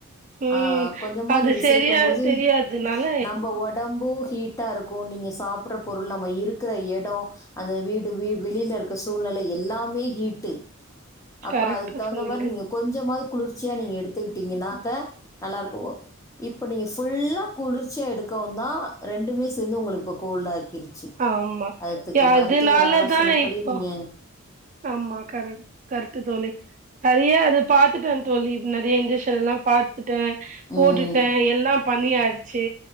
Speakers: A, on the right; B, on the left.
A: ம்
B: ஆஹ் கொஞ்சமா
A: அது
B: நீங்க
A: சரியா
B: சேக்கும் போது
A: தெரியாதுனால
B: நம்ப ஒடம்பூ ஹீட்டாருக்கு நீங்கஸ் சாப்புட்ற பொருள் நம்ம இருக்குற எடொ அந்த வீடு வி வெளியில இருக்க சூழ்நில எல்லாமே ஹீட்டு அப்போ
A: கரெக்டா
B: அதுக்கு தகுந்த
A: சொன்னீங்க
B: மாரி நீங்க கொஞ்சமாவது குளிர்ச்சியா நீங்க எடுத்துக்கிட்டீங்கனாக்க நல்லாருக்கு இப்ப நீங்க ஃபுல்லா குளிர்ச்சியா எடுக்கவுந்தா ரெண்டுமே சேந்து உங்களுக்குப்பொ கோல்டாக் கிருச்சு
A: ஆமா
B: அதுக்கு மருத்துவர்
A: அதனாலதா
B: ஆலோசனப்படி
A: இப்போ
B: நீங்க
A: ஆமா கரட் கரட்டு தோழி சரியா அது பாத்துட்டு வந் தோழி நெறைய இன்ஜசனெல்லா பாத்துட்டே போட்டுட்டே
B: ம்
A: எல்லா பண்ணியாச்சி